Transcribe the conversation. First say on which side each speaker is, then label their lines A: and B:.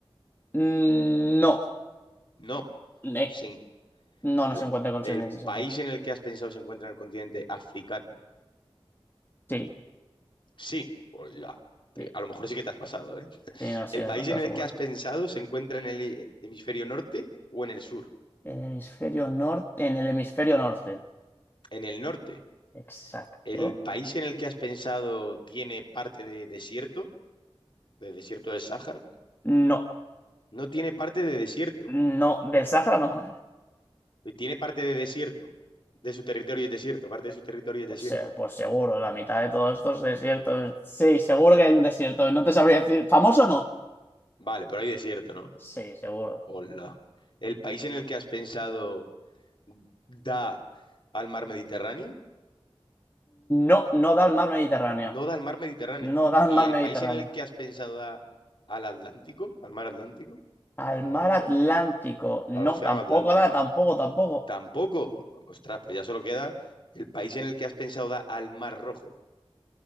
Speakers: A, on the left; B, on the left.
A: Mm, no,
B: No.
A: Eh,
B: Se en-
A: no,
B: Vale.
A: no se encuentra con
B: ¿El
A: sirvientes, exacto.
B: país en el que has pensado se encuentra en el continente africano?
A: Sí,
B: Sí. Hola. Te-
A: sí,
B: A lo mejor sí que te has pasado, ¿eh?
A: sí, no, sí,
B: ¿El
A: me
B: país
A: pasa
B: en el
A: seguro.
B: que has pensado se encuentra en el hemisferio norte o en el sur?
A: El hemisferio norte, en el hemisferio norte.
B: En el norte.
A: Exacto.
B: ¿El país en el que has pensado tiene parte de desierto? ¿De desierto del Sáhara?
A: No,
B: No tiene parte de desierto.
A: no, del Sahara no.
B: Tiene parte de desierto. De su territorio es desierto. Parte de su territorio es
A: Pues,
B: desierto.
A: eh, pues seguro, la mitad de todos estos desiertos. Sí, seguro que hay un desierto. No te sabría decir. ¿Famoso o no?
B: Vale, pero hay desierto, ¿no?
A: Sí, seguro.
B: Hola. ¿El país en el que has pensado da al mar Mediterráneo?
A: No, no da al mar Mediterráneo.
B: No da al mar Mediterráneo.
A: No da al
B: ¿Y
A: mar
B: el
A: Mediterráneo.
B: país en el que has pensado da al Atlántico? ¿Al mar Atlántico?
A: Al
B: Bueno,
A: mar
B: al océano.
A: Atlántico. No,
B: Al océano
A: tampoco
B: Atlántico.
A: da, tampoco, tampoco.
B: Tampoco. Ostras, pues ya solo queda el país en el que has pensado da al mar Rojo.